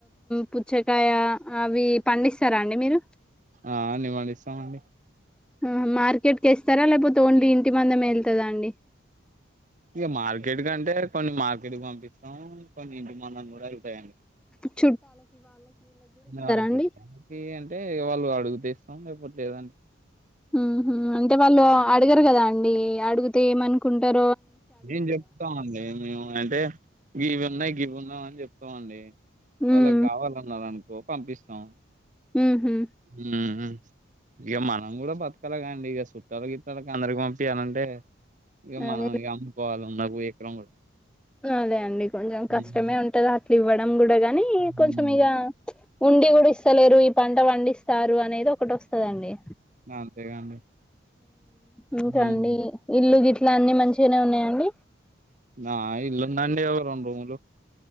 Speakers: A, in the centre; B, on the right (about 40°).
A: పుచ్చకాయ అవి పండిస్తారా అండి మీరు
B: ఆ అన్ని పండిస్తామండి
A: ఆ మార్కెట్ క ఇస్తారా లేకపోతే ఓన్లీ ఇంటి మందం వెళ్తుందా అండి
B: ఇక మార్కెట్ కంటే కొన్ని మార్కెట్ పంపిస్తాం కొన్ని ఇంటి మందం కూడా అయితాయండి
A: అఓ
B: నా
A: అండి
B: చుట్టడానికి అంటే వాళ్ళు అడుగుతే ఇస్తాం లేేవన్
A: ఉహ అంటే వాళ్ళు అడగరు కదా అండి అడిగితే ఏమనుకుంటారు
B: నేను చెప్తామండి మేము అంటే ఇవి ఉన్నాయి గీవి ఉన్నాం అని చెప్తామండి వాళ్ళకి
A: ఉమ్
B: కావాలన్న అనుకో పంపిస్తాం
A: ఉహు
B: ఉమ్ ఇక మనం కూడా బతకాలగాండి ఇక చుట్టాల గిట్టాలకి అందరికి పంపిఎలాంటి ఇంకా
A: అదే
B: మనం ఇ అమ్ముకోల ఉన్న ఎకరం కూడా
A: అదే అండి కొంచెం
B: హ్మ్.
A: కష్టమే ఉంటది అట్లు ఇవ్వడం కూడా గాని
B: హ్మ్.
A: కొంచం ఇగ ఉండి కూడా ఇస్తలేరు ఈ పంట పండిస్తారు అనేది ఒకటి వస్తుందండి
B: అంతేగాండి
A: ఇంకాండి
B: హ్మ్.
A: ఇల్లు గిట్లా అన్ని మంచిగానే ఉన్నాయండి
B: నా ఇల్లుందండి ఒక రెండు రూమ్లు